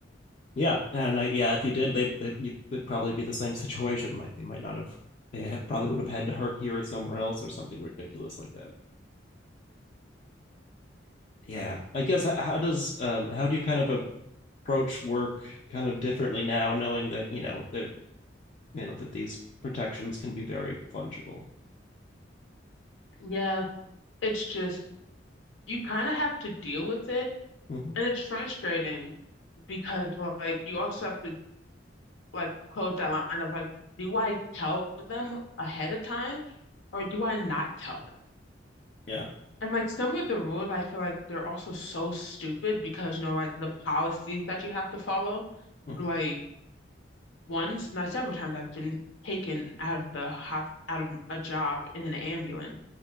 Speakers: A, on the left (about 40°); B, on the left (about 80°).
A: yeah and I, yeah if you did they, they it'd probably be the same <laughs> situation like they might not have they have, probably would have had to hurt hear it somewhere else or something ridiculous like that yeah i guess how, how does um how do you kind of approach work kind of differently now knowing that you know that you know that these protections can be very fungible
B: Yeah, it's just, you kind of have to deal with it.
A: Mm-hmm.
B: And it's frustrating because, well, like, you also have to like close that line of like, do I tell them ahead of time or do I not tell them?
A: Yeah.
B: And like some of the rules, I feel like they're also so stupid because, you know, like the policies that you have to follow.
A: Mhm.
B: Like once, not several times, I've been taken out of the hot out of a job in an ambulance,